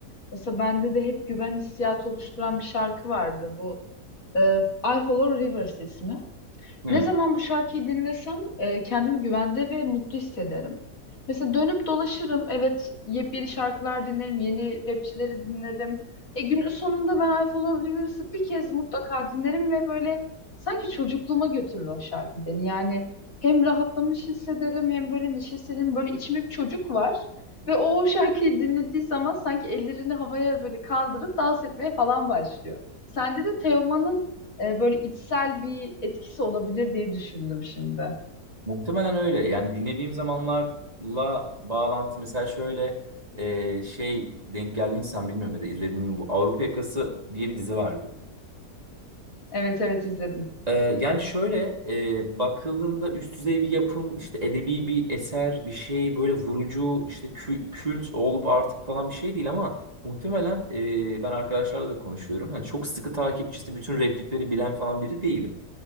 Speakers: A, on the left (about 55°); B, on the right (about 25°).
A: Mesela bende de hep güven hissiyatı oluşturan bir şarkı vardı bu. E, I Follow Rivers ismi.
B: hmm,
A: Ne zaman bu şarkıyı dinlesem e, kendimi güvende ve mutlu hissederim. Mesela dönüp dolaşırım. Evet, yepyeni şarkılar dinlerim, yeni rapçileri dinlerim. E günün sonunda ben I Follow Rivers'ı bir kez mutlaka dinlerim ve böyle sanki çocukluğuma götürür o şarkı beni. Yani hem rahatlamış hissederim hem böyle neşe hissederim. Böyle içimde bir çocuk var ve o, o şarkıyı dinlediği zaman sanki ellerini havaya böyle kaldırıp dans etmeye falan başlıyor. Sende de Teoman'ın e, böyle içsel bir etkisi olabilir diye düşündüm şimdi.
B: muhtemelen öyle. Yani dinlediğim zamanlarla bağlantı mesela şöyle e, şey denk geldi mi sen bilmiyorum ya da izledin mi bu Avrupa Yakası diye bir dizi vardı.
A: Evet evet izledim.
B: Ee, yani şöyle e, bakıldığında üst düzey bir yapım işte edebi bir eser bir şey böyle vurucu işte kü- kült olup artık falan bir şey değil ama muhtemelen e, ben arkadaşlarla da konuşuyorum. Yani çok sıkı takipçisi bütün replikleri bilen falan biri değilim.